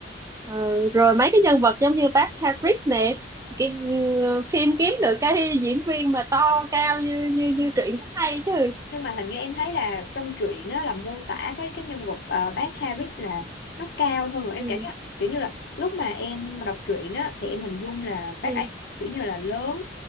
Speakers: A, on the right; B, on the left.
A: Ờ, rồi mấy cái nhân vật giống như bác Hagrid nè cái ừ, phim kiếm được cái diễn viên mà to cao như như
B: Ừ.
A: như truyện cũng hay chứ
B: nhưng mà hình như em thấy là trong truyện á là mô tả cái cái nhân vật ờ, bác Harris là nó cao hơn rồi em
A: ừ
B: cảm giác kiểu như là lúc mà em đọc truyện á thì em hình dung là bác
A: ừ
B: ấy kiểu như là lớn